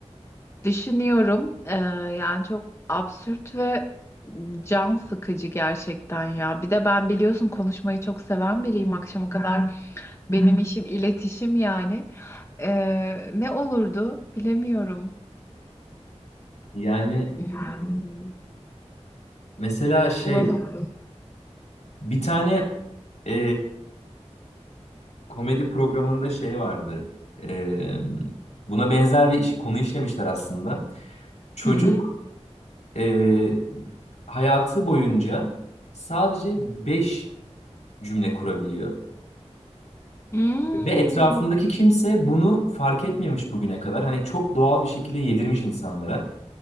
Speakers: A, on the left; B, on the left.
A: Düşünüyorum. Ee, yani çok absürt ve can sıkıcı gerçekten ya. Bir de ben biliyorsun konuşmayı çok seven biriyim. Akşama kadar Ha. benim işim iletişim yani. Ee, ne olurdu bilemiyorum.
B: Yani
A: Hmm,
B: mesela şey
A: bulamadım.
B: bir tane e, komedi programında şey vardı. E, buna benzer bir iş, konu işlemişler aslında. Çocuk
A: Hı hı.
B: e, hayatı boyunca sadece 5 cümle kurabiliyor.
A: Hmm,
B: Ve etrafındaki kimse bunu fark etmemiş bugüne kadar. Hani çok doğal bir şekilde yedirmiş insanlara.